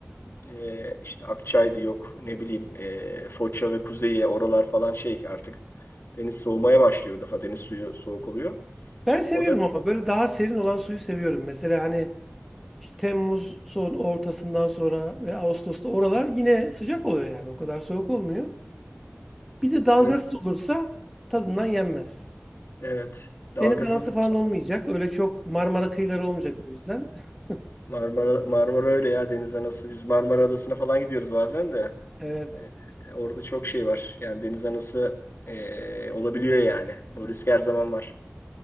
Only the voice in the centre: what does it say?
Ben seviyorum
ama böyle daha serin olan suyu seviyorum. Mesela hani işte Temmuz son ortasından sonra ve Ağustos'ta oralar yine sıcak oluyor yani. O kadar soğuk olmuyor. Bir de dalgasız
olursa tadından yenmez.
Deniz anası falan olmayacak. Öyle çok Marmara kıyıları olmayacak o yüzden. <laughs>
Evet.